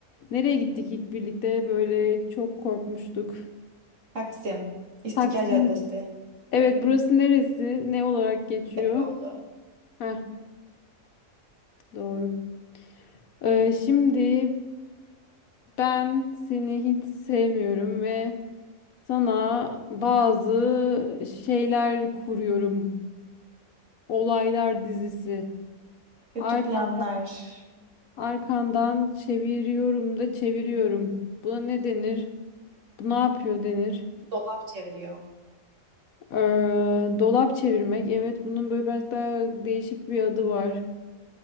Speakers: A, on the left; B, on the right.
A: Nereye gittik ilk birlikte? Böyle çok korkmuştuk.
B: Taksim, İstiklal
A: Taksim.
B: Caddesi,
A: Evet burası neresi? Ne olarak geçiyor?
B: yolu,
A: Heh, doğru. Ee, şimdi Ben seni hiç sevmiyorum ve sana bazı şeyler kuruyorum. Olaylar dizisi.
B: kötü
A: Arkan,
B: planlar,
A: arkandan çeviriyorum da çeviriyorum. Buna ne denir? Bu ne yapıyor denir?
B: dolap çeviriyor,
A: Ee, dolap çevirmek. Evet, bunun böyle biraz daha değişik bir adı var.